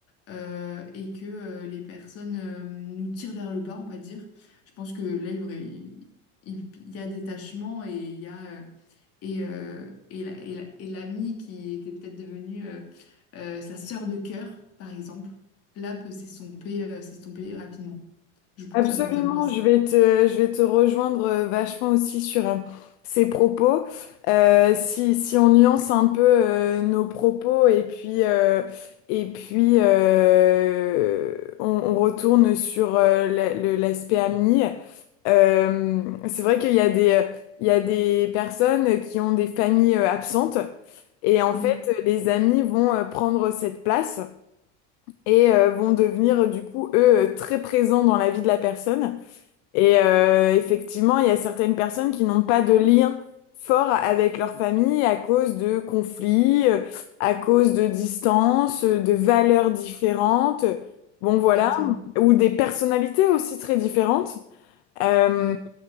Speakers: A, on the left; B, on the left.
A: euh, et que euh, les personnes euh, nous tirent vers le bas, on va dire. Je pense que là, il, vrai- il- il- il y a détachement et il y a euh, et, euh, et la- et la- et l'ami qui était peut-être devenu euh, euh, sa sœur de cœur, par exemple, là peut s'estomper euh, s'estomper rapidement. Je pense
B: Absolument,
A: à- notamment à ça.
B: je vais te, je vais te rejoindre euh, vachement aussi sur euh, ces propos. Euh, si, si on nuance un peu euh, nos propos et puis, euh, et puis euh, on, on retourne sur euh, la- le- l'aspect ami, euh, c'est vrai qu'il y a des, euh, il y a des personnes qui ont des familles euh, absentes et en
A: Mm,
B: fait les amis vont euh, prendre cette place et euh, vont devenir du coup eux euh, très présents dans la vie de la personne. Et euh, effectivement, il y a certaines personnes qui n'ont pas de lien fort avec leur famille à cause de conflits, euh, à cause de distances, euh, de valeurs différentes. Bon, voilà.
A: exactement.
B: Ou des personnalités aussi très différentes. Euh,
A: Mm.